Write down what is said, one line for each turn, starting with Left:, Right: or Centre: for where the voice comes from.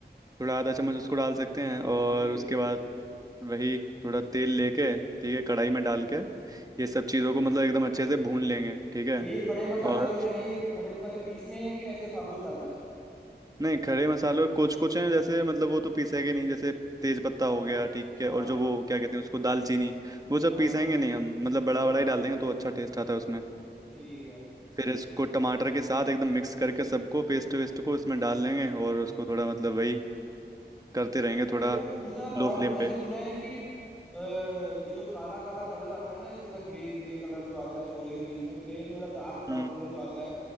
Right: थोड़ा आधा चम्मच उसको डाल सकते हैं और
Centre: ठीक
Right: उसके बाद वही थोड़ा तेल लेके ठीक है कढ़ाई में डाल के ये सब चीज़ों को मतलब एकदम अच्छे से भून लेंगे ठीक है
Centre: तो ये खड़े मसाले
Right: और
Centre: जो हैं ये खड़े मसाले पीसने हैं कि ऐसे साबुत डालना है
Right: नहीं खड़े मसालों कुछ कुछ हैं जैसे मतलब वो तो पीसेंगे नहीं जैसे तेज पत्ता हो गया ठीक
Centre: हाँ
Right: है और जो वो क्या कहते हैं उसको दालचीनी वो सब
Centre: हाँ
Right: पीसेंगे नहीं हम मतलब बड़ा बड़ा ही डाल देंगे तो अच्छा टेस्ट आता है उसमें
Centre: ठीक है
Right: फिर इसको टमाटर के साथ एकदम मिक्स करके सबको पेस्ट वेस्ट को इसमें डाल लेंगे और उसको थोड़ा मतलब वही करते रहेंगे
Centre: तो मेरे
Right: थोड़ा
Centre: को पूछना
Right: लो
Centre: था
Right: फ्लेम
Centre: मैंने
Right: पे
Centre: सुना है कि अ, ये जो काला काला कलर आता है ना इसके अंदर ग्रे ग्रे कलर जो आता है छोले के बीच में ग्रे नहीं मतलब डार्क ब्राउन
Right: हम्म
Centre: कलर जो आता है